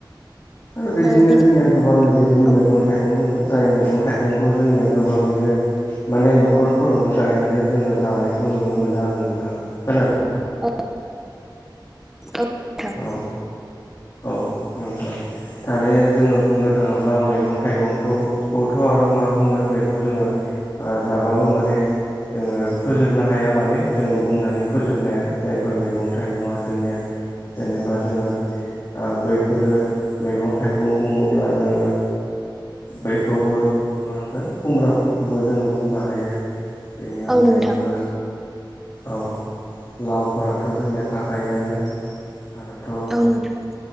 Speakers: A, on the left; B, in the centre.
A: आरो बिदिनो
B: ओ बिदि
A: जोंनिया गोबां बिदिनो
B: औ
A: मैगं थायगं थाइगं दङ जाय मैगं थाइगंखौ जोंनिया गोबाङैनो माने न'खरफोरावनो गायनानै जोङो जानायखौ नुनो मोनो आरो नोंथां खोनादों
B: औ नोंथां नोंथां
A: औ औ नोंथां थारैनो जोङो बुंनो थाङोब्ला मैगं थाइगंखौथ' आरो मा बुंनो बेखौ जोङो जाबाबो माने जोङो फोजोबनो हाया माने जोङ बुंनानै फोजोबनो हाया जायफोर मैगं थाइगङा जोंनिया जेनेबा जोङो बैफोरो मैगं थाइगं बुङोब्ला जोङो बैखौबो मानगोन खुमब्राफोरखौबो जोङो बुंनो हायो बेनि अनगायैबो
B: औ नोंथां
A: औ लावफोराथ' जोंनिया थाखायआानो आरोथ'
B: <inaudible>